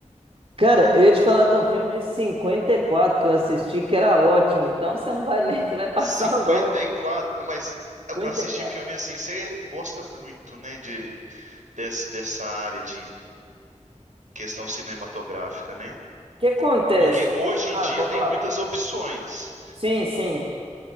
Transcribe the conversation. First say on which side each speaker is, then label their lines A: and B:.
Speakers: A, on the right; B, on the right.
A: Cara, eu ia te falar de um filme de 54 que eu assisti, que era ótimo. Então você não vai <laughs> nem, você vai passar
B: cinquenta
A: longe.
B: e quatro mas
A: Cinquenta
B: para assistir
A: e quatro.
B: filme assim, você gosta muito, né, de des- dessa área de questão cinematográfica, né?
A: O que acontece?
B: Porque hoje em
A: Ah,
B: dia
A: pode
B: tem
A: falar.
B: muitas opções,
A: Sim, sim.